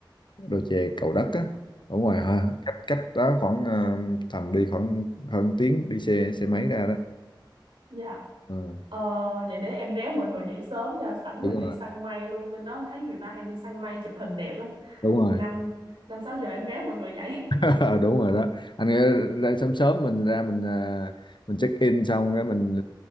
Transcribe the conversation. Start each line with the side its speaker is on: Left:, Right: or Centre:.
Left: đồi chè Cầu Đất á ở ngoài ha cách cách đó khoảng ờ, tầm đi khoảng hơn tiếng đi xe xe máy ra đó
Right: Dạ.
Left: Ừ,
Right: Ờ, vậy để em réo mọi người dậy sớm nha, sẵn
Left: đúng
Right: mình đi
Left: rồi
Right: săn mây luôn lên đó thấy người ta hay đi săn mây chụp hình đẹp lắm.
Left: đúng rồi
Right: Năm năm sáu giờ em réo mọi người dậy.
Left: <laughs> đúng rồi đó anh nghĩ ra sớm sớm mình ra mình à, mình check in xong cái mình